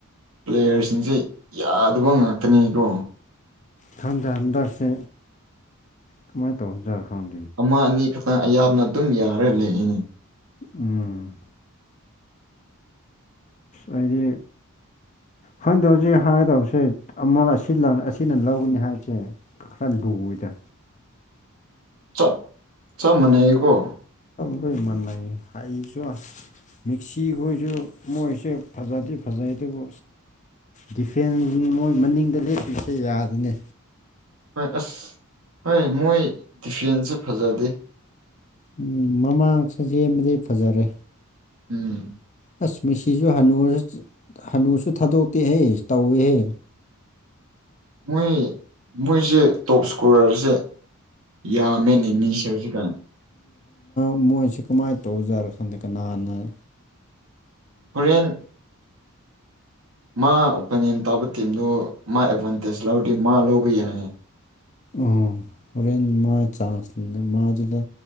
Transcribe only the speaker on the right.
ꯄ꯭ꯂꯦꯌꯔꯁꯤꯡꯁꯦ ꯌꯥꯗꯕ ꯉꯥꯛꯇꯅꯤꯀꯣ
ꯑꯃ ꯑꯅꯤ ꯈꯛꯇꯥ ꯑꯌꯥꯝꯕꯅ ꯑꯗꯨꯝ ꯌꯥꯔ ꯂꯩꯌꯦꯅꯤ
ꯆꯞ ꯆꯞ ꯃꯟꯅꯩꯌꯦꯀꯣ
ꯍꯣꯏ ꯑꯁ ꯍꯣꯏ ꯃꯣꯏ ꯗꯤꯐꯦꯟꯁꯦ ꯐꯖꯗꯦ
ꯎꯝ
ꯃꯣꯏ ꯃꯣꯏꯁꯦ ꯇꯣꯞ ꯏꯁꯀꯣꯔꯔꯁꯦ ꯌꯥ ꯃꯦꯅꯦ ꯃꯤꯁꯦꯁꯤ ꯀꯥꯏ
ꯍꯣꯔꯦꯟ ꯃꯥ ꯑꯣꯄꯤꯅꯤꯌꯟ ꯇꯥꯕ ꯇꯤꯝꯗꯨ ꯃꯥ ꯑꯦꯗꯚꯥꯟꯇꯦꯖ ꯂꯧꯔꯥꯗꯤ ꯃꯥ ꯂꯧꯕ ꯌꯥꯏꯌꯦ